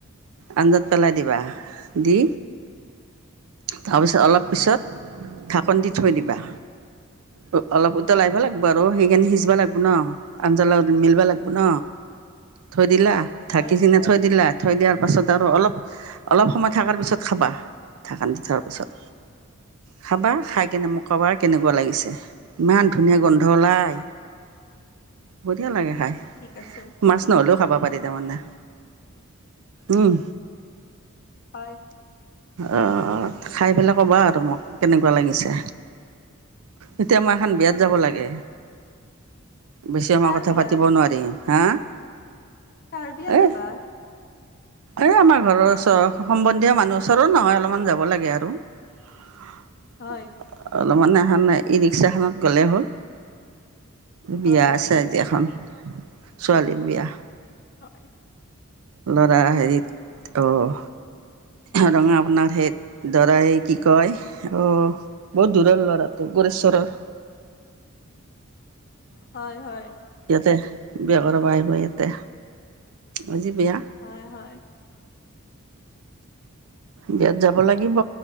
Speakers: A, on the right; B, on the left.
A: আঞ্জাত পেলাই দিবা, দি তাৰপিছত অলপ পিছত ঢাকনি দি থৈ দিবা। অ', অলপ উতল আহিবা লাগিব আৰু সেইখিনি সিজবা লাগিব ন। আঞ্জাৰ লগত মিলিবা লাগিব ন থৈ দিলা ঢাকি
B: হয়
A: কিনে থৈ দিলা থৈ দিয়াৰ তাৰপাছত আৰু অলপ অলপ সময় থাকাৰ পিছত খাবা ঢাকান দি থোৱাৰ পিছত। খাবা খাই কিনে মোক কবা কেনেকুৱা লাগিছে। ইমান ধুনীয়া গোন্ধ ওলাই বঢ়িয়া লাগে খাই।
B: ঠিক আছে।
A: মাছ নহ'লেও খাব পাৰি তাৰমানে। উম।
B: হয়।
A: অ', খাই পেলাই ক'বা আৰু মোক, কেনেকুৱা লাগিছে। এতিয়া মই এখন বিয়াত
B: ঠিক
A: যাব
B: আছে
A: লাগে। বেছি সময়
B: কাৰ
A: কথা
B: বিয়া
A: পাতিব নোৱাৰি হা
B: কাৰ বিয়া
A: এ
B: যাবা
A: এই আমাৰ ঘৰৰ ওচৰ সম্বন্ধীয় মানুহ ওচৰৰ নহয় অলপমান যাব লাগে আৰু। <inaudible>
B: হয়।
A: অলপমান এহান ই-ৰিক্সা খনত গ'লে হ'ল। বিয়া
B: হয় হয়
A: আছে আজি এখন ছোৱালীৰ বিয়া।
B: হয়।
A: আ, হেৰিত অ'। ৰঙা আপোনাৰ সেই, দৰাই কি কয়, অ' বহুত দূৰৰ ল'ৰাটো, গৌৰেশ্বৰৰ।
B: হয় হয়।
A: ইয়াতে বিয়া কৰাব আহিব ইয়াতে। আজি বিয়া।
B: হয় হয়।
A: বিয়াত যাব লাগিব,